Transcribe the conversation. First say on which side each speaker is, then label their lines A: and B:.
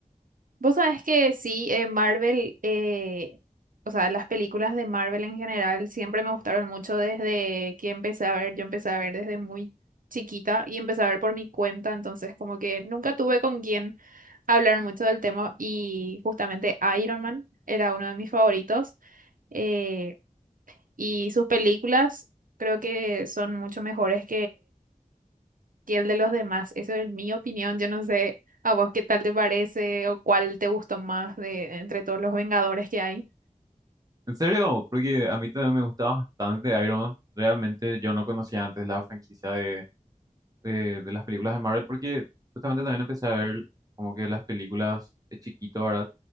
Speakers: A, on the right; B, on the right.
A: vos sabés que sí, eh, Marvel, eh, o sea, las películas de Marvel en general siempre me gustaron mucho desde que empecé a ver, yo empecé a ver desde muy chiquita y empecé a ver por mi cuenta, entonces como que nunca tuve con quién hablar mucho del tema y justamente Iron Man era uno de mis favoritos eh, y sus películas creo que son mucho mejores que el de los demás. Eso es mi opinión. Yo no sé a vos qué tal te parece o cuál te gustó más de entre todos los Vengadores que hay.
B: En serio, porque a mí también me gusta bastante Iron Man. Realmente yo no conocía antes la franquicia de, de, de las películas de Marvel, porque justamente también empecé a ver como que las películas de chiquito, ¿verdad?